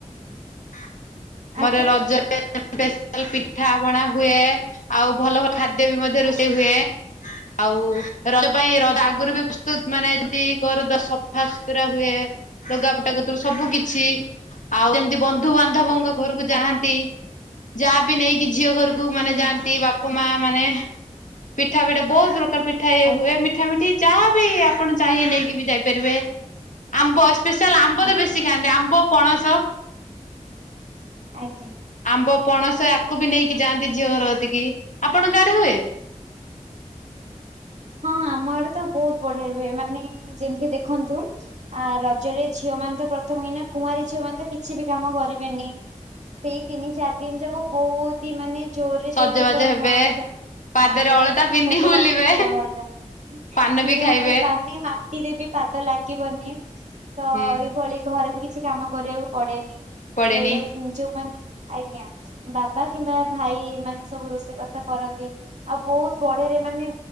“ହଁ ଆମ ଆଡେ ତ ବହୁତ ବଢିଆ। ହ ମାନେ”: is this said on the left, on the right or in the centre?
Right